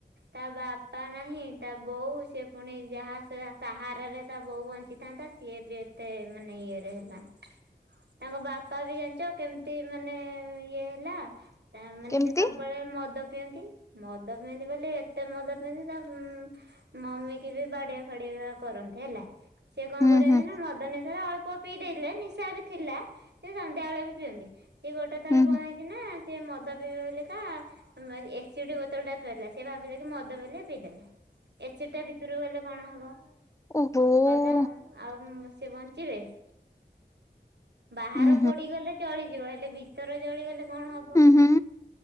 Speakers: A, on the right; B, on the left.
A: ତା ବାପା ନାହିଁ ତା ବୋଉ ସେି ପୁଣି ଯାହା ସାହାରରେ ତା ବୋଉ ବଞ୍ଚି ତାନ୍ତା ସିଏ ବି ଏତେ ମାନେ ଇଏରେ ହେଲା। ତାଙ୍କ ବାପା ବି ଜାଣିଛ? କେମିତି ମାନେ ଇଏ ହେଲା ତା ମାନେ
B: କେମିତି
A: ସେ ସବୁବେଳେ ମଦ ପିଅନ୍ତି ମଦ ପିଅନ୍ତି ବୋଲି ଏତେ ମଦ ମ ତା ମମି ବି ବାଡିଆ ଫାଡିଆ କରନ୍ତି ହେଲା ସିଏ କଣ
B: ହୁଁ
A: କରନ୍ତି
B: ହୁଁ
A: ନା ମଦ ନିସାରେ ଅଳ୍ପ ପିଇ ଦେଇଥିଲେ ନିଶା ବି ଥିଲା ସେ ସନ୍ଧ୍ୟାବେେଳେ ବି ପିଅନ୍ତି ସିଏ ଗୋଟେ ଥର
B: ହୁଁ
A: କଣ
B: ହୁଁ
A: ହେଇ ନା ସେ ମଦ ପିଇବେ ବେଲିକା ଏସିଡି ବୋତଲ ଟା ଥୋଇଲା। ସେ ଭାବିଲେ କି ମଦ ବୋଲି ପିଇଦେଲେ। ଏସିର ଟା ଭିତରୁକୁ ଗଲେ କଣ ହବ?
B: ଉହୁଁ,
A: ଗଲା ଆଉ। ଆଉ ସେି ବଞ୍ଚିବେ? ବାହାର
B: ହୁଁ,
A: ପଡିଗଲେ ଚଳିଯିବ। ହେଲେ ଭିତର ଚଳିଗଲେ କଣ ହବ?
B: ହୁଁ,